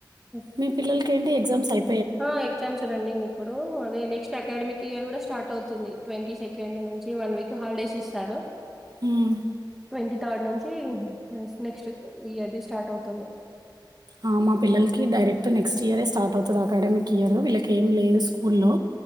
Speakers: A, in the centre; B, on the right (about 55°).
A: ఓకే.
B: మీ పిల్లలకి ఏంటి ఎగ్జామ్స్ అయి
A: ఆ ఎగ్జామ్స్ రన్నింగ్ ఇప్పుడు అదే నెక్స్ట్ అకాడమిక్ ఇయర్ కూడా స్టార్ట్ అవుతుంది ట్వంటీ సెకండ్ నుంచి వన్ వీక్ హాలిడేస్ ఇస్తారు
B: మ్మ్
A: ట్వంటీ థర్డ్ నుంచి నెక్స్ట్ ఇయర్ది స్టార్ట్ అవుతుంది
B: ఆ మా పిల్లలకి డైరెక్ట్ నెక్స్ట్ ఇయరే స్టార్ట్ అవుతది. అకాడమిక్ ఇయర్ వీళ్ళకి ఏం లేదు స్కూల్లో